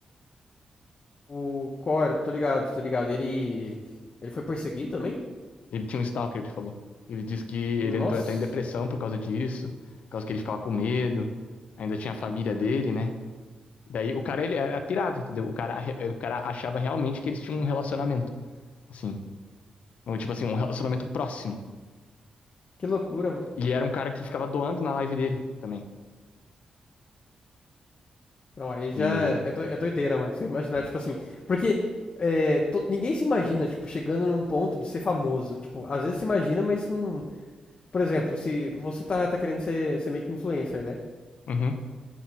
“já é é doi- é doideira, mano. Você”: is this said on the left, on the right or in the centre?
Left